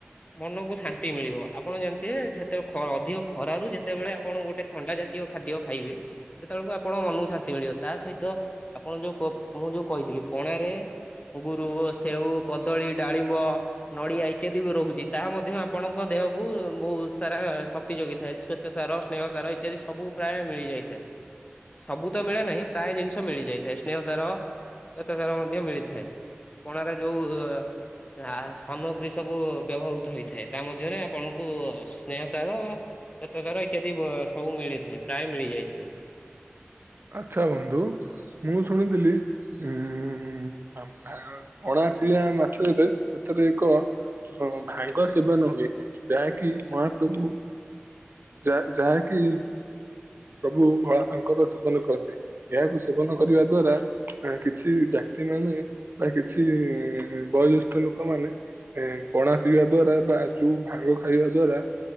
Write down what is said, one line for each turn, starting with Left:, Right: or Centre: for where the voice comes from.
Left: ମନକୁ ଶାନ୍ତି ମିଳିବ। ଆପଣ ଜାଣିଥିବେ ସେତେ ଅଧିକ ଖରାରୁ ଯେତେବେଳେ ଆପଣ ଗୋଟେ ଥଣ୍ଡା ଜାତୀୟ ଖାଦ୍ୟ ଖାଇବେ ସେତେବେଳକୁ ଆପଣଙ୍କ ମନକୁ ଶାନ୍ତି ମିଳିବ। ତା ସହିତ ଆପଣ ଯୋଉ ମୁଁ ଯୋଉ କହିଥିଲି ପଣାରେ ଅଙ୍ଗୁରୁ, ସେଉ, କଦଳୀ, ଡାଳିମ୍ବ, ନଡିଆ, ଇତ୍ୟାଦି ବି ରହୁଛି ତାହା ମଧ୍ୟ ଆପଣଙ୍କ ଦେହକୁ ବହୁତ ସାରା ଶକ୍ତି ଯୋଗେଇଥାଏ ଶ୍ୱେତ ସାର ସ୍ନେହ ସାର ଇତ୍ୟାଦି ସବୁ ପ୍ରାୟ ମିଳିଯାଇଥାଏ। ସବୁ ତ ମିଳେ ନାହିଁ ପ୍ରାୟ ଜିନିଷ ମିଳିଯାଇଥାଏ ସ୍ନେହ ସାର ଶ୍ୱେତ ସାର ମଧ୍ୟ ମିଳିଥାଏ। ପଣାରେ ଯୋଉ ଆ ସାମଗ୍ରୀ ସବୁ ବ୍ୟବହୃତ ହେଇଥାଏ। ତା ମଧ୍ୟରେ ଆପଣଙ୍କୁ ସ୍ନେହସାର ଶ୍ୱେତସାର ଇତ୍ୟାଦି ସବୁ ମିଳିଥାଏ, ପ୍ରାୟ ମିଳିଯାଇଥାଏ।
Right: ଆଛା ବନ୍ଧୁ ମୁଁ ଶୁଣିଥିଲି ପଣା ପିଇବା ମାତ୍ରକେ ସେଥିରେ ଏକ ହଁ ଭାଙ୍ଗ ସେବନ ହୁଏ ଯାହାକି ମହାପ୍ରଭୁ ଯା ଯାହାକି ପ୍ରଭୁ ଭୋଳାଶଙ୍କର ସେବନ କରନ୍ତି। ଏହାକୁ ସେବନ କରିବା ଦ୍ଵାରା କିଛି ବ୍ୟକ୍ତି ମାନେ ବା କିଛି ବଏ ଜ୍ୟେଷ୍ଠ ଲୋକମାନେ ଏ ପଣା ପିଇବା ଦ୍ଵାରା ବା ଯୁଉ ଭାଙ୍ଗ ଖାଇବା ଦ୍ଵାରା